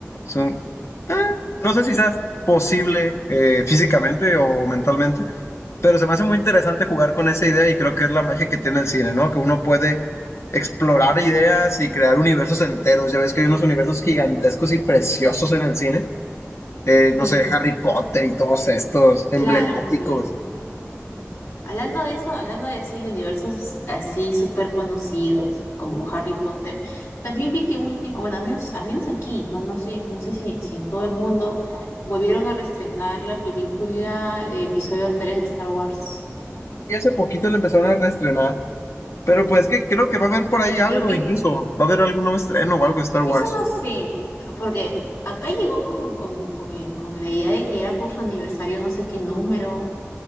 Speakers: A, on the left; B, on the left.
A: Es un- eh, no sé si sea posible eh, físicamente o mentalmente, pero se me hace muy interesante jugar con esa idea y creo que es la magia que tiene el cine, ¿no? Que uno puede explorar ideas y crear universos enteros. Ya ves que hay unos universos gigantescos y preciosos en el cine. Eh,
B: sí,
A: no sé, Harry Potter y todos estos emblemáticos.
B: claro, también. Hablando de eso, hablando de sí, universos así súper conocidos como Harry Potter, también vi que último, bueno, a menos, a menos aquí, no, no sé, no sé si, si en todo el mundo volvieron a reestrenar la película eh, episodio 3 de Star Wars.
A: Y hace poquito le empezaron a reestrenar. Pero pues que creo que va a haber por
B: Sí,
A: ahí algo,
B: creo que
A: incluso. Va a haber algún nuevo estreno o algo de Star
B: eso
A: Wars.
B: no sé, porque acá llegó con, con, con, el- con la idea de que era por su aniversario, no sé qué número,